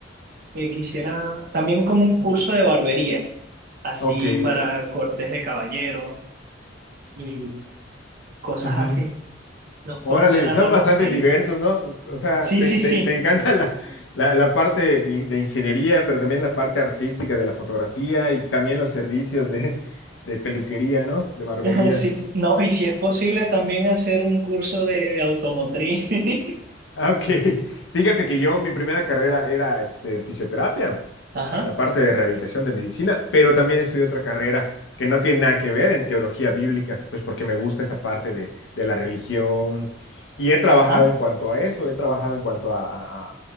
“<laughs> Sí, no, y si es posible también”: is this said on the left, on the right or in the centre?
Right